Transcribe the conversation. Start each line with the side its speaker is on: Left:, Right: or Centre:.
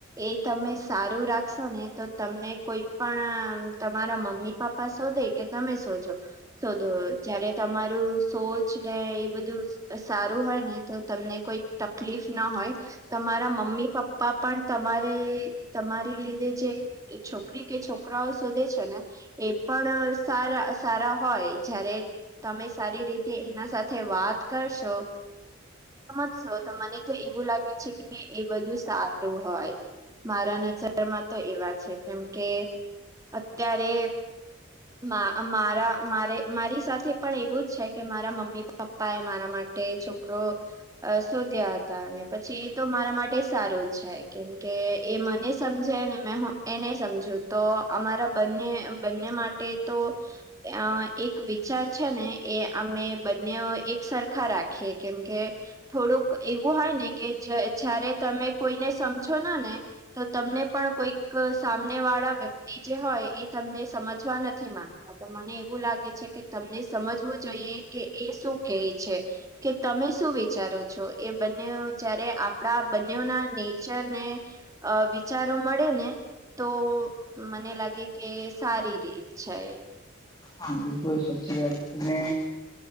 Right: એ તમે સારું રાખશો ને તો તમને કોઈ પણ તમારા મમ્મી પ પપ્પા શોધે કે તમે શોજો. શોધો જયારે તમારું સોચ ને એ બધું સારું હોય ને તો તમને કોઈ તકલીફ ના હોય તમારે તમારા મમ્મી પપ્પા પણ તમારે તમારી લીધે જે એ છોકરી કે છોકરાઓ શોધે છે ને એ પણ સારા સારા હોય જયારે તમે સારી રીતે એના સાથે વાત કરશો સમજશો તો મને તો એવું લાગે છે કે. કે એ બધું સારું હોય મારા નજરમાં તો એવા છે કેમ કે. અત્યારે મા મારા મારે મારી સાથે પણ એવું જ છે કે મારા મમ્મી પપ્પા એ મારા માટે ટે છોકરો. અ શોધ્યા હતા અને પછી એ તો મારા માટે સારું છે કેમ કે એ મને સમજે ને મેં હું એને સમજું તો અમારા બંને બંને માટે ટે તો. અ એક વિચાર છે ને એ અમે બંને એક સરખા રાખીએ કેમ કે થોડુંક એવું હોય ને કે જ જયારે તમે કોઈને સમજો ને ને. તો તમને પણ કોઈક સામને વાળા વ્યક્તિ જે હોય એ તમને સમજવા નથી. નથી માંગતા તો મને એવું લાગે છે કે તમને સમજવું જોઈએ કે એ શું કેય છે. કે તમે શું વિચારો છો એ બંનયો જયારે આપણા બંનયો નેચરને અ વિચારો મળે ને તો મને લાગે કે સારી રીત. છે.
Left: હા બિલકુલ સાચી વાત અને